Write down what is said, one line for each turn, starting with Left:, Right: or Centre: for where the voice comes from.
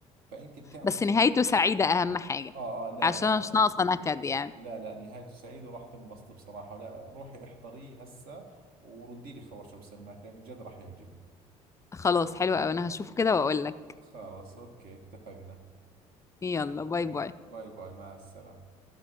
Right: فانت بتعرفي
Left: بس نهايته سعيدة أهم حاجة
Right: اه اه لا
Left: عشان
Right: لا
Left: أنا مش ناقصة نكد يعني
Right: لا لا نهايته سعيدة وراح تنبسطي بصراحة لا روحي احضريه هسه وردي لي خبر شو بصير معك لأن جد راح يعجبك
Left: خلاص حلو أوي أنا هشوفه كده وأقول لك
Right: خلاص أوكي اتفقنا
Left: يلا باي باي
Right: باي باي مع السلامة